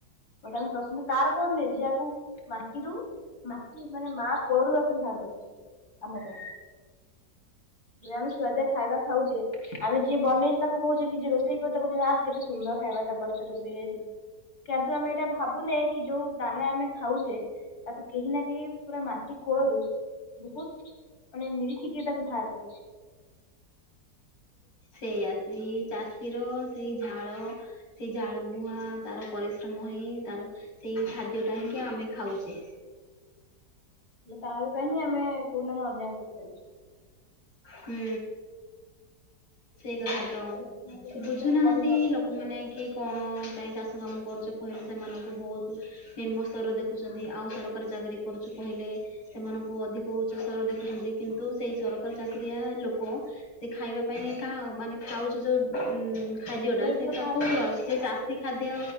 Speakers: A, on the left; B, on the left.
A: ଗୋଟେ ପ୍ରସଂଶା କାର କରୁନେ ଜିଆକୁ ମାଟିରୁ ମାଟି ମାନେ ମା କୋଳରୁ ଆକୁ ବାହାର କରୁଛି ଆମର ଯେବେ ଆମେ ସୁଆଦିଆ ଖାଇବା ଖାଉଛେ, ଆମେ ଯିଏ ବନେଇଛେ ତାକୁ କହୁଛେ କି ଯିଏ ରୋ ସେଇ ପଟେ କହୁଛି ଆ କେତେ ସୁନ୍ଦର ଖାଇବାଟା କରିଛ ରୋଷେଇ ଆଜି। କିନ୍ତୁ ଆମେ ଏଇଟା ଭାବୁନେ କି ଯୋଉ ଦାନା ଆମେ ଖାଉଛେ ତାକୁ କେହି ନା କେହି ପୁରା ମାଟି କୋଳରୁ ବହୁତ ମାନେ ନିରୀକ୍ଷିକି ତାକୁ ବାହାର କରିଛି।
B: ସେଇଆ ସେଇ ଚାଷୀର ସେଇ ଝାଳ ସେଇ ଝାଳ ବୁହାଁ ତାର ପରିଶ୍ରମ ହେଇ ତାର ସେଇ ଖାଦ୍ୟ ଟା ହିଁକି ଆମେ ଖାଉଛେ।
A: ହେଲେ ତାରି ପାଇଁ ହିଁ ଆମେ କୋଉ ଦିନ ଆମେ ଅନ୍ୟାୟ କରି ଚାଲିଛୁ।
B: ହୁଁ ସେଇ କଥା ତ
A: ମତେ ଯେମିତି
B: ବୁଝୁନାହାନ୍ତି
A: ତମେ କହିଲ
B: ଲୋ ଲୋକ ମାନେ କି କଣ ଯାଇ ଚାଷ କାମ କରୁଛ କହିଲେ ସେମାନଙ୍କୁ ବୋହୁତ୍ ନିମ୍ନ ସ୍ତର ଦେଖୁଛନ୍ତି ଆଉ ସରକାରୀ ଚାକିରି କରୁଛୁ କହିଲେ ସେମାନଙ୍କୁ ଅଧିକ ଉଚ୍ଚସ୍ତର ଦେଖୁଛନ୍ତି କିନ୍ତୁ ସେଇ ସରକାର ଚାକିରିଆ ଲୋକ ସେ ଖାଇବା ପାଇଁ ତାହା ମାନେ ଖାଉଛି ଯୋଉ ଉଁ ଖାଦ୍ୟଟା
A: ନିର୍ଭର
B: ସେଠା
A: କାହା
B: କୋଉଠୁ
A: ଉପରେ କରୁଛନ୍ତି
B: ଆସୁଚି ତା ସେ ଖାଦ୍ୟ